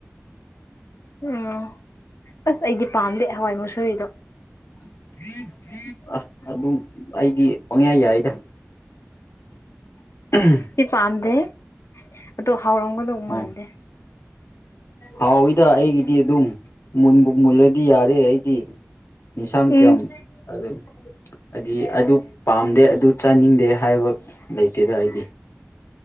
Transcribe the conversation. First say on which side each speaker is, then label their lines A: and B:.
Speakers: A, on the left; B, on the left.
A: ꯎꯝ ꯑꯁ ꯑꯩꯗꯤ ꯄꯥꯝꯗꯦ ꯍꯋꯥꯏ ꯃꯨꯁꯨꯨꯔꯤꯗꯣ
B: <unintelligible> ꯑ ꯑꯗꯨ ꯑꯩꯗꯤ ꯄꯪꯌꯥꯏ ꯌꯥꯏꯗ <unintelligible>
A: ꯑꯦ ꯄꯥꯝꯗꯦ ꯑꯗꯣ ꯍꯥꯎꯔꯝꯒꯗꯧ
B: ꯎꯝ
A: ꯃꯥꯟꯗꯦ
B: ꯍꯥꯎꯋꯤꯗ ꯑꯩꯒꯤꯗꯤ ꯑꯗꯨꯝ ꯃꯨꯟꯕꯨ ꯃꯨꯜꯂꯗꯤ ꯌꯥꯔꯦ ꯑꯩꯗꯤ ꯏꯟꯁꯥꯡ
A: ꯎꯝ
B: ꯀ꯭ꯌꯥꯝ <unintelligible> ꯑꯗꯤ ꯑꯗꯨ ꯄꯥꯝꯗꯦ ꯑꯗꯨ ꯆꯥꯅꯤꯡꯗꯦ ꯍꯥꯏꯕ ꯂꯩꯇꯦꯗ ꯑꯩꯗꯤ